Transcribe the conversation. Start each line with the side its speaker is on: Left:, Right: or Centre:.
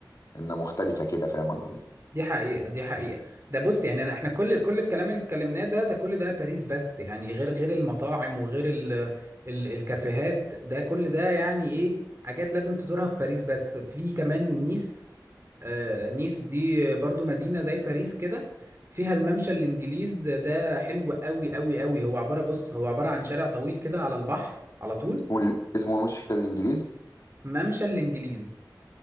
Left: انها مختلفه كده فاهم قصدي
Right: دي حقيقه دي حقيقه ده بص يعني أنا- احنا كل كل الكلام اللي اتكلمناه ده ده كل ده باريس بس يعني غير غير المطاعم وغير ال ال الكافيهات ده كل ده يعني ايه حاجات لازم تزورها في باريس بس في كمان نيس آه، نيس دي برضو مدينة زي باريس كده فيها الممشى الإنجليز ده حلو قوي قوي قوي هو عبارة بص هو عبارة عن شارع طويل كده على البحر على طول
Left: اسمه ال... اسمه مش الانجليز
Right: ممشى الإنجليز